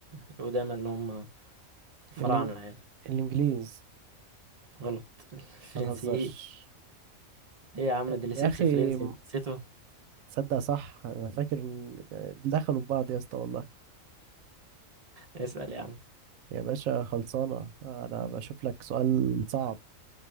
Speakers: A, on the right; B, on the right.
A: القدامى اللي هم الفراعنة
B: الإن...
A: يعني
B: الانجليز
A: غلط <laughs> الفرنسيين
B: ما تهزرش
A: ايه يا عم
B: آه،
A: اللي سيبس
B: يا اخي
A: فرنسي انت نسيته
B: تصدق صح انا فاكر ان آه، دخلوا ببعض يا اسطى والله
A: اسأل يا عم
B: يا باشا خلصانه انا بشوف لك سؤال صعب